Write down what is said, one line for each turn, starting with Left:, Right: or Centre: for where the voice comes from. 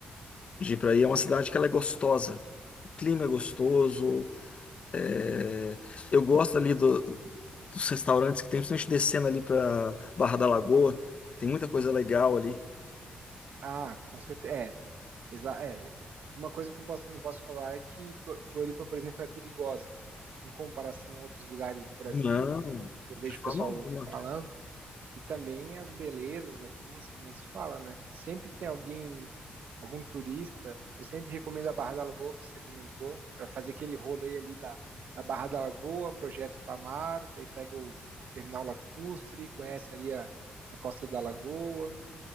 Left: Jipraí é uma cidade que ela é gostosa. O clima é gostoso. é, Eu gosto ali do- dos restaurantes que tem, principalmente descendo ali para Barra da Lagoa. Tem muita coisa legal ali.
Right: Ah, com certeza. É, exa- é. Uma coisa que eu posso, não posso falar é que Flo- Floripa, por exemplo, é perigosa. Em comparação a outros lugares do Brasil,
Left: Não,
Right: que eu, con- que eu
Left: de
Right: vejo
Left: forma
Right: o pessoal
Left: alguma.
Right: falando. E também as belezas aqui não se, nem se fala, né? Sempre que tem alguém, algum turista, eu sempre recomendo a Barra da Lagoa, que você comentou, para fazer aquele rolê ali da, da Barra da Lagoa, Projeto Tamar, daí pega o Terminal Lacustre, conhece ali a, a Costa da Lagoa,